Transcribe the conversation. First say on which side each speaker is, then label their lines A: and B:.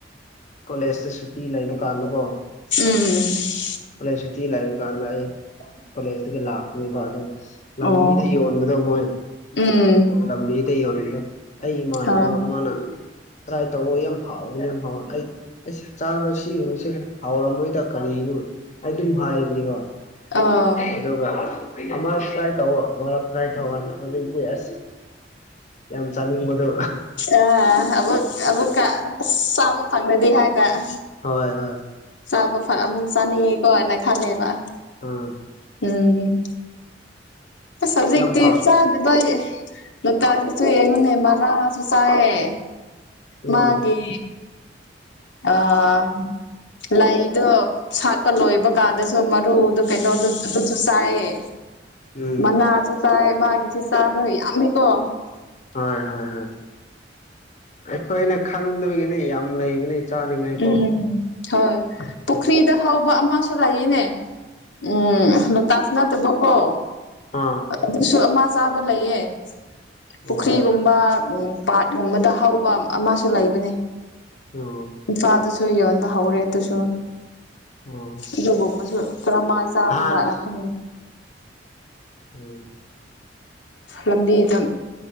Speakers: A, on the left; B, on the left.
A: ꯀꯣꯂꯦꯖꯇ ꯁꯨꯇꯤ ꯂꯩꯕ ꯀꯥꯟꯗ ꯀꯣ
B: ꯎꯝ
A: ꯀꯣꯂꯦꯖ ꯁꯨꯇꯤ ꯂꯩꯥꯕ ꯀꯥꯟꯗ ꯑꯩ ꯀꯣꯂꯦꯖꯇꯒꯤ ꯂꯥꯛꯄꯅꯤꯕ ꯑꯗꯨ ꯂꯝꯕꯤꯗ
B: ꯑꯣ
A: ꯌꯣꯟꯕꯗꯣ ꯃꯣꯏ
B: ꯎꯝ
A: ꯂꯝꯕꯤꯗ ꯌꯣꯟꯕꯗꯣ ꯑꯩ ꯏꯃꯥꯟꯅꯕ
B: ꯍ
A: ꯑꯃꯅ ꯇ꯭ꯔꯥꯏ ꯇꯧꯑꯣ ꯌꯥꯝ ꯍꯥꯎꯕꯅꯤ ꯌꯥꯝ ꯍꯥꯎꯕꯅꯤ ꯑꯩ ꯑꯩꯁ ꯆꯥꯔꯣꯏ ꯁꯤꯁꯤꯡꯁꯦ ꯍꯥꯎꯔꯝꯃꯣꯏꯗ ꯀꯔꯤꯅꯣ ꯑꯩ ꯑꯗꯨꯝ ꯍꯥꯏꯕꯅꯤꯕ
B: ꯑꯣ
A: ꯑꯗꯨꯒ ꯑꯃꯔꯛ ꯇ꯭ꯔꯥꯏ ꯇꯧꯑꯣ ꯑꯃꯔꯛ ꯇ꯭ꯔꯥꯏ ꯇꯧꯑꯣ ꯍꯧꯖꯤꯛꯇꯤ ꯑꯁ ꯌꯥꯝ ꯆꯥꯅꯤꯡꯕꯗꯣ
B: ꯑ ꯑꯃꯨꯛ ꯑꯃꯨꯛꯀ ꯑꯁ ꯆꯥꯕ ꯐꯪꯉꯗꯤ ꯍꯥꯏꯗꯔ
A: ꯍꯣꯏ ꯍꯣꯏ
B: ꯆꯥꯕ ꯑꯃꯨꯛ ꯆꯥꯅꯤꯡꯉꯦꯀꯣꯅ ꯈꯜꯂꯦꯕ
A: ꯑꯥ
B: ꯎꯝ ꯑꯁ ꯍꯧꯖꯤꯛꯇꯤ
A: ꯌꯥꯝ ꯍꯥꯎ
B: ꯆꯥꯗꯦꯗ ꯑꯩ ꯃꯄꯥꯜꯁꯤꯁꯨ ꯌꯦꯡꯉꯨꯅꯦ ꯃꯔꯥꯁꯨ ꯆꯥꯏꯌꯦ ꯃꯥꯒꯤ
A: ꯎꯝ
B: ꯑꯥ ꯂꯩꯗꯣ ꯁꯥꯠꯄ ꯂꯣꯏꯕ ꯀꯥꯟꯗꯁꯨ ꯃꯔꯨꯗꯣ ꯀꯩꯅꯣꯗ ꯑꯗꯨꯁꯨ ꯆꯥꯏꯌꯦ
A: ꯎꯝ
B: ꯃꯅꯥꯁꯨ ꯆꯥꯏ ꯃꯥꯒꯤꯁꯦ ꯆꯥꯕ ꯌꯥꯝꯃꯤꯀꯣ
A: ꯍꯣꯏ ꯍꯣꯏ ꯍꯣꯏ ꯑꯩꯈꯣꯏꯅ ꯈꯪꯗꯕꯒꯤꯅꯦ ꯌꯥꯝ ꯂꯩꯕꯅꯦ ꯆꯥꯅꯤꯡꯉꯥꯏꯀꯣ
B: ꯎꯝ ꯍꯣꯏ ꯄꯨꯈ꯭ꯔꯤꯗ ꯍꯧꯕ ꯑꯃꯁꯨ ꯂꯩꯌꯦꯅꯦ ꯎꯝ ꯂꯣꯇꯁ ꯅꯠꯇꯕꯀꯣ
A: ꯑꯥ
B: ꯑꯗꯨꯁꯨ ꯑꯃ ꯆꯥꯕ ꯂꯩꯌꯦ ꯄꯨꯈ꯭ꯔꯤꯒꯨꯝꯕ
A: ꯑꯣ
B: ꯎꯝ ꯄꯥꯠꯀꯨꯝꯕꯗ ꯍꯧꯕ ꯑꯃꯁꯨ ꯂꯩꯕꯅꯦ
A: ꯑꯣ
B: ꯏꯝꯐꯥꯜꯗꯁꯨ ꯌꯣꯟꯕ ꯍꯧꯔꯦ ꯑꯗꯨꯁꯨ
A: ꯑꯣ
B: ꯑꯗꯨꯒꯨꯝꯕꯁꯨ ꯀꯔꯃꯥꯏ ꯆꯥꯕꯖꯥꯠꯂ
A: ꯍꯥꯟ
B: ꯈꯪꯗꯦ
A: ꯎꯝ
B: ꯂꯝꯕꯤꯗ